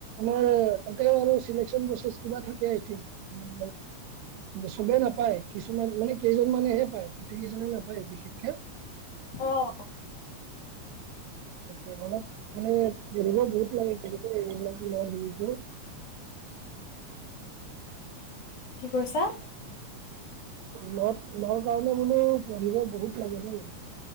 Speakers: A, on the right; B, on the left.
A: মানে তাতে আৰু চিলেকচন প্ৰচেছ কিবা থাকে আই থিংক চবেই নাপায় কিছু কিছুমান মানে কেইজনমানেহে পায় গোটেই কেইজনে নাপায় বিশেষকে
B: অ'
A: তাকে অলপ মানে <unintelligible> বহুত লাগে <unintelligible> এইবিলাক ল লিংটো
B: কি কৰিছা
A: মই মই <unintelligible> বোলো পঢ়িব বহুত লাগে দেই